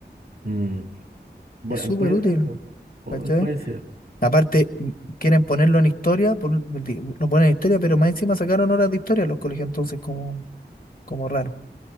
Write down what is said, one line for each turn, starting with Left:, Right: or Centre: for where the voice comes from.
Right: Mm, Bueno,
Left: Es súper
Right: puede
Left: útil,
Right: ser, po- po-
Left: ¿cachai?
Right: puede ser.
Left: Aparte, m- quieren ponerlo en historia, por- di- lo ponen en historia, pero más encima sacaron horas de historia en los colegios, entonces como, como raro.